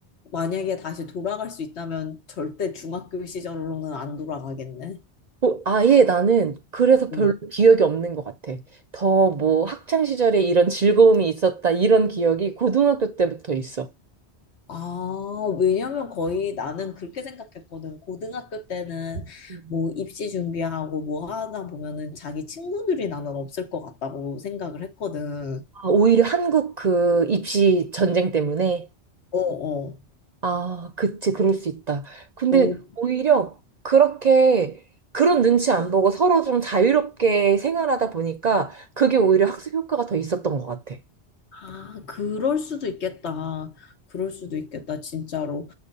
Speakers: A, on the left; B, on the right.
A: 만약에 다시 돌아갈 수 있다면 절대 중학교 시절로는 안 돌아가겠네.
B: 어, 아예 나는 그래서 별로
A: 응.
B: 기억이 없는 것 같아. 더 뭐 학창 시절에 이런 즐거움이 있었다 이런 기억이 고등학교 때부터 있어.
A: 아, 왜냐면 거의 나는 그렇게 생각했거든. 고등학교 때는
B: 음.
A: 뭐 입시 준비하고 뭐 하다 보면은 자기 친구들이 나는 없을 것 같다고 생각을 했거든.
B: 아, 오히려 한국 그 입시 전쟁 때문에
A: 어, 어.
B: 아, 그치 그럴 수 있다. 근데
A: 어,
B: 오히려 그렇게 그런 눈치 안 보고 서로 좀 자유롭게 생활하다 보니까 그게 오히려 학습 효과가 더 있었던 것 같아.
A: 아, 그럴 수도 있겠다. 그럴 수도 있겠다, 진짜로.